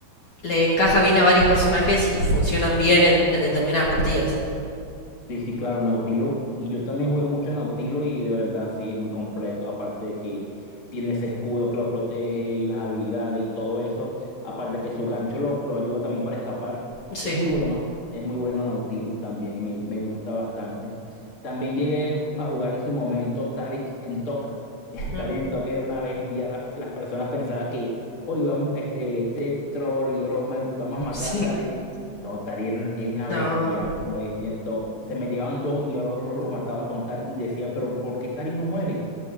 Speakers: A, on the left; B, on the left.
A: le encaja bien a varios personajes y funcionan bien en, en determinadas partidas.
B: Sí, sí, claro, Nautilo. Y yo también jugué mucho en Nautilo y de verdad sí, es muy completo. Aparte de que tiene ese escudo que lo protege y las habilidades y todo eso. Aparte de que su gancho lo, lo ayuda también para escapar.
A: Sí.
B: Es muy bueno, es muy bueno Nautilus también, me, me gusta bastante. También llegué a jugar en su momento Taric en Tok. <laughs>
A: Mm,
B: Taric en Tok era una bestia. Las, las personas pensaban que, hoy vamos, este, este troll y broma, vamos a matar
A: Sí.
B: a Taric. No, Tari era una, era una
A: No.
B: bestia, una bestia en TOC. Se me llegaban dos y yo los, los mataba con Tari y decían, pero ¿por qué Tari no muere?